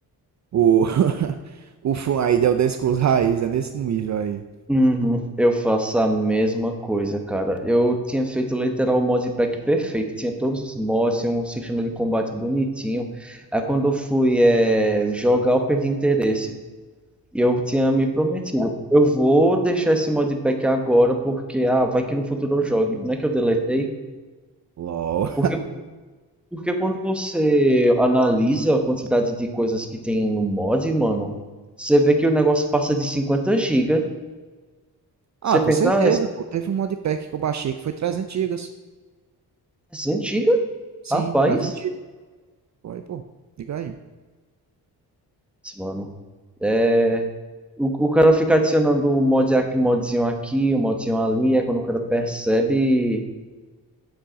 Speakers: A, on the right; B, in the centre.
A: O, <laughs> o fã aí de Elder Scrolls raiz, é nesse nível aí.
B: Uhum, eu faço a mesma coisa, cara. Eu tinha feito literal o modpack perfeito, tinha todos os mods, tinha um sistema de combate bonitinho. Aí quando eu fui eh, jogar, eu perdi interesse. E eu tinha me prometido, eu vou deixar esse modpack agora porque ah, vai que no futuro eu jogue. Não é que eu deletei,
A: LOL.
B: porque Porque quando você analisa a quantidade de coisas que tem no mod, mano, você vê que o negócio passa de 50 gigas
A: Ah,
B: Você
A: com
B: pensa,
A: certeza,
B: ah,
A: pô. Teve um modpack que eu baixei que foi 300 gigas.
B: é 100 giga?
A: Sim,
B: Rapaz,
A: 300 gigas. Pô, Aí, pô, liga aí.
B: mano. É, o, o cara fica adicionando um mod, aqui- um modzinho aqui, um modzinho ali, é quando o cara percebe